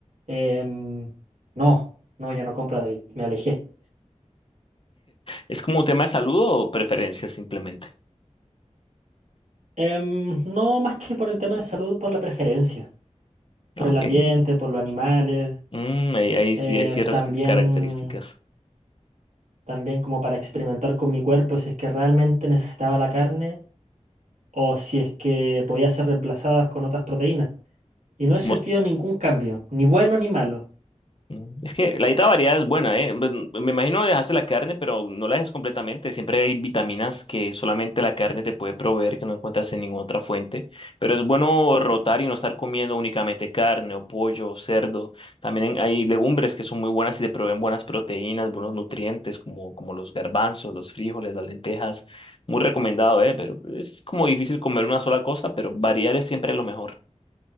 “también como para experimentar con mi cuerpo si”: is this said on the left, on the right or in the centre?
Right